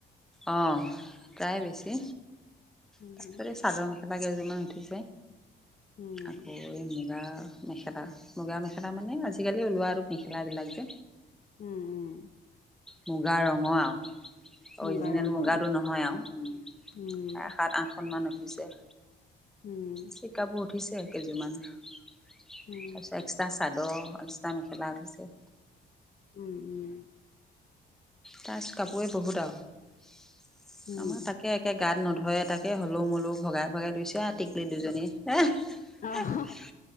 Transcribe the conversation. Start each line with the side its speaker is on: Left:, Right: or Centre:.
Centre: অ প্ৰায় বেছি
Left: উম
Centre: তাৰপিছতে চাদৰ মেখেলা আটা কেজিমান উঠিছে
Left: উম
Centre: আকৌ এনেকুৱা মেখেলা মুগা মেখেলা মানে আজিকালি ওলোৱা আৰু মেখেলা বিলাক যে
Left: উম উম
Centre: মুগা ৰঙা
Left: মুগা
Centre: অৰিজিনেল
Left: ৰঙৰ
Centre: মুগাটো
Left: অ
Centre: নহয় আৰুাৰে
Left: উম
Centre: সাত আঠখনমান উঠিছে।
Left: উম
Centre: চিকাবোৰ উঠিছে কেইযোৰমান তাৰপিছত
Left: উম
Centre: এক্সট্ৰা চাৰ্ ত এক্সট্ৰাাম খেলা ধিছে।
Left: উম উম।
Centre: তাৰপিছত কাপোৰে বহুত আৰু
Left: উম
Centre: আমাৰ তাকে একে গাত- ত নধৰে এ তাকে হলেও মলু ভগাই ভগাই লৈছে আৰু টিকলি দুজনীয়ে হ-
Left: আহ